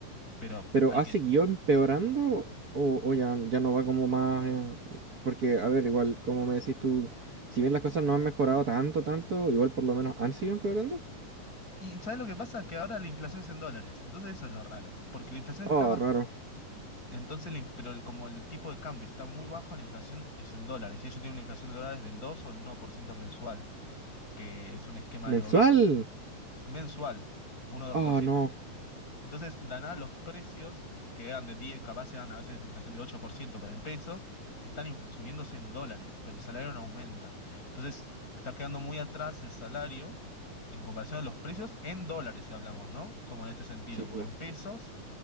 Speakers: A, on the left; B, on the right.
A: pero
B: Pero
A: hay
B: ¿ha
A: que...
B: seguido empeorando o, o ya, ya no va como más? eh, Porque, a ver, igual, como me decís tú, si bien las cosas no han mejorado tanto, tanto, igual por lo menos han seguido empeorando.
A: Y ¿sabes lo que pasa? Que ahora la inflación es en dólares, entonces eso es lo raro, porque la inflación está
B: Oh,
A: baja,
B: raro.
A: entonces, la inf- pero el- como el tipo de cambio está muy bajo, la inflación es en dólares, y ellos tienen una inflación de dólares del 2 o el uno por ciento mensual, que es un esquema
B: ¿Mensual?
A: del gobierno, mensual, uno dos
B: Oh,
A: por ciento
B: no.
A: Entonces, de la nada, los precios, que eran de 10, capaz eran a veces inflación de 8%, pero en pesos, están infl- subiéndose en dólares, pero el salario no aumenta. Entonces, está quedando muy atrás el salario en comparación a los precios en dólares, si hablamos, ¿no? Como en este sentido,
B: Sí,
A: porque
B: po,
A: en pesos,